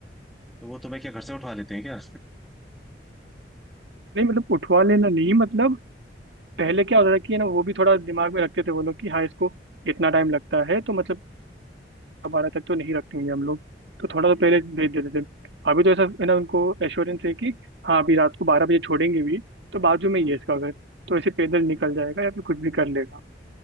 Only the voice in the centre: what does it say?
तो वो तुम्हें क्या घर से उठवा लेते हैं क्या
हम्म
हाँ
हम्म,